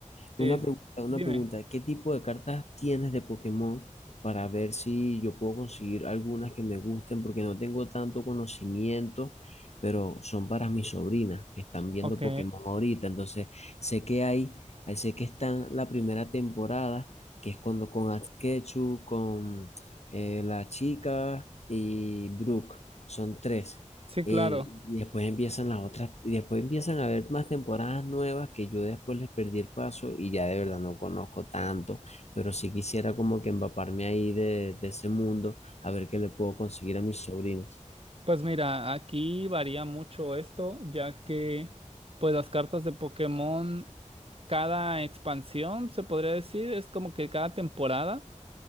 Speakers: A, on the right (about 45°); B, on the left (about 55°).
A: Es,
B: una pregunta, una
A: dime,
B: pregunta. ¿Qué tipo de cartas tienes de Pokémon para ver si yo puedo conseguir algunas que me gusten? Porque no tengo tanto conocimiento, pero son para mis sobrinas que están viendo
A: ok,
B: Pokémon ahorita. Entonces, sé que hay, ahí sé que están la primera temporada, que es cuando con Asketchu, con eh, la chica y Brooke. Son tres.
A: sí,
B: Eh,
A: claro.
B: y después empiezan las otras, y después empiezan a haber más temporadas nuevas que yo después les perdí el paso y ya de verdad no conozco tanto, pero sí quisiera como que empaparme ahí de, de ese mundo, a ver qué le puedo conseguir a mis sobrinos.
A: Pues mira, aquí varía mucho esto, ya que pues las cartas de Pokémon, cada expansión, se podría decir, es como que cada temporada.